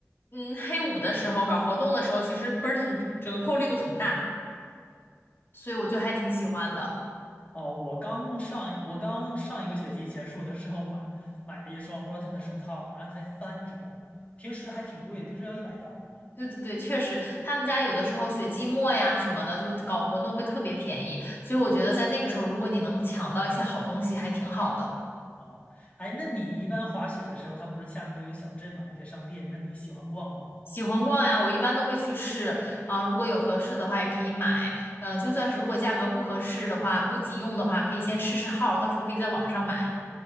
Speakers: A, on the left; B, on the left.
A: 嗯黑五的时候搞活动的时候，其实 Burton 折扣力度很大，所以我就还挺喜欢的。
B: 哦，我刚上我刚上一个学期结束的时候买买了一双 b u r t o n 的手套，好像才三折，平时还挺贵，平时要一百刀
A: 对对对，确实，他们家有的时候雪季末呀什么的，就搞活动会特别便宜，所以我觉得在那个时候，如果你能抢到一些好东西，还挺好的。
B: 啊。哎，那你一般滑雪的时候，它不是下面都有小镇嘛，有些商店，那你喜欢逛吗？
A: 喜欢逛呀，我一般都会去试啊，如果有合适的话也可以买，呃，就算是如果价格不合适的话，不急用的话，可以先试试号，到时候可以在网上买。